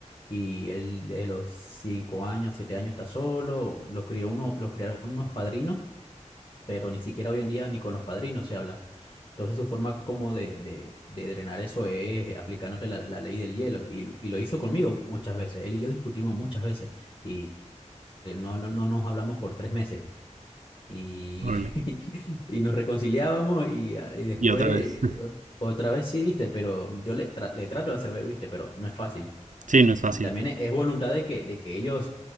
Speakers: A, on the left; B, on the right.
A: Y él de los cinco años, siete años está solo. Los crió uno, los criaron unos padrinos pero ni siquiera hoy en día ni con los padrinos se habla. Entonces su forma como de, de, de drenar eso es aplicándote la, la ley del hielo y, lo- y lo hizo conmigo muchas veces. Él y yo discutimos muchas veces y eh, no, no, no nos hablamos por tres meses y,
B: Órale.
A: <laughs> y nos reconciliábamos y, ah, y después
B: Y otra vez. <laughs>
A: eh, ot- otra vez sí, viste, pero yo le, tra- le trato de hacer ver, viste, pero no es fácil.
B: Sí, no
A: Y
B: es fácil.
A: también es, es voluntad de que, de que ellos